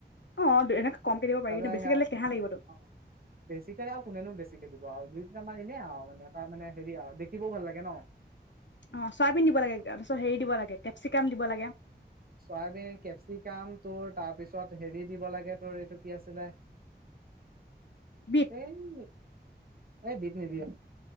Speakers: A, on the left; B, on the right.
A: অ', এনেকে কমকে দিব পাৰি
B: তাৰপ
A: কিন্তু বেছিকে
B: স
A: দিলে কেহা লাগিবতো।
B: অ বেছিকে কোনেনো বেছিকে দিব আৰু দুই আমাৰ এনে আৰু মানে তাৰ মানে হেৰিয়া আৰও দেখিবও ভাল লাগে ন
A: অ চয়াবিন দিব লাগে তাৰপিছত হেৰি দিব লাগে কেপচিকাম দিব লাগে
B: আমি কেপচিকাম তোৰ তাৰপিছত হেৰি দিব লাগে তোৰ এইটো কি আছিলে
A: বিট,
B: এইই এই বিত নদিয়ে